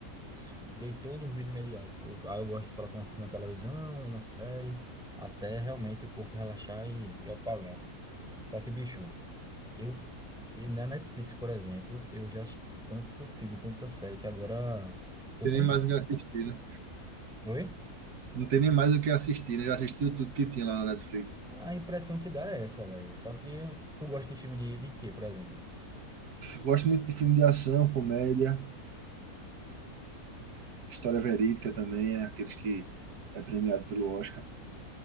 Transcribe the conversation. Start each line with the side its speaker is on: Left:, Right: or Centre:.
Centre: so- Deitou, dormiu de imediato. Eu, aí eu gosto de colocar um filme na televisão, uma série, até realmente o corpo relaxar e, e apagar. Só que, bicho, Eu, e na Netflix, por exemplo, eu já assisti tanto filme, tanta série, que agora
Right: Não
Centre: tô
Right: tem
Centre: sem
Right: nem mais
Centre: tempo.
Right: o que assistir, né?
Centre: Oi?
Right: Não tem nem mais o que assistir, né? Já assistiu tudo que tinha lá na Netflix.
Centre: A impressão que dá é essa, velho. Só que tu gosta de filme de, de quê, por exemplo?
Right: Gosto muito de filme de ação, comédia, história verídica também, é aqueles que é premiado pelo Oscar.